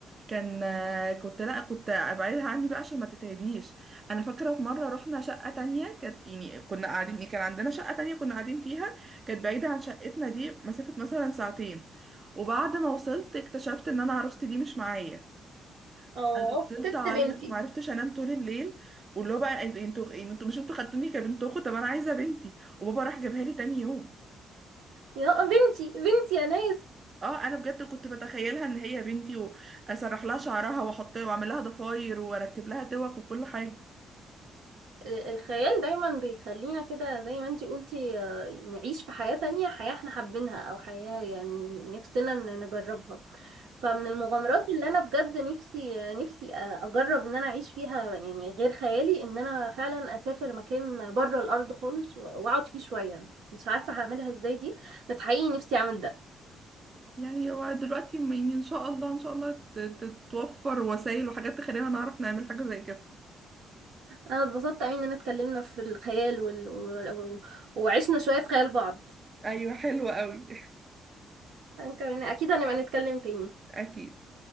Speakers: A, on the right; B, on the right.
A: كان آه، كنت لا كنت ابعدها عني بقى عشان ما تتهديش انا فاكره في مره رحنا شقه تانية كانت يعني كنا قاعدين ايه كان عندنا شقه تانية كنا قاعدين فيها كانت بعيده عن شقتنا دي مسافه مثلا ساعتين وبعد ما وصلت اكتشفت ان انا عروستي دي مش معايا
B: اه
A: انا فضلت
B: سبت
A: اعيط
B: بنتي
A: وما عرفتش انام طول الليل واللي هو بقى انتوا انتوا يعني انتوا مش انتوا خدتوني كبنت اخو طب انا عايزه بنتي وبابا راح جابها لي تاني يوم
B: يا بنتي بنتي يا ناس
A: اه انا بجد كنت بتخيلها ان هي بنتي واسرح لها شعرها واحط واعمل لها ضفاير واركب لها دوق وكل حاجه
B: آه، الخيال دايما بيخلينا كده زي ما انتي قلتي آه، نعيش في حياة تانية حياة احنا حابينها او حياة يعني نفسنا ان نجربها فمن المغامرات اللي انا بجد نفسي آه، نفسي آه، اجرب ان انا اعيش فيها يعني غير خيالي ان انا فعلا اسافر مكان بره الارض خالص و- واقعد فيه شوية مش عارفة هعملها ازاي دي بس حقيقي نفسي اعمل ده
A: يعني هو دلوقتي م- يعني ان شاء الله ان شاء الله ت- تتوفر وسائل وحاجات تخلينا نعرف نعمل حاجه زي كده
B: انا اتبسطت قوي اننا اتكلمنا في الخيال وال... و... و... وعشنا شوية في خيال بعض
A: ايوه حلوه قوي
B: كمان اكيد هنبقى نتكلم تاني
A: <laughs> اكيد